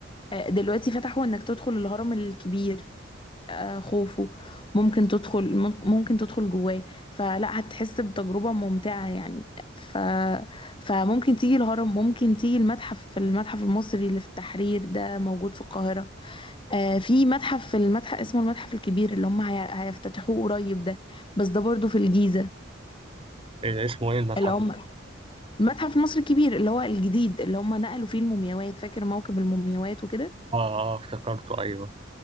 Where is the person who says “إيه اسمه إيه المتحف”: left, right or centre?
Right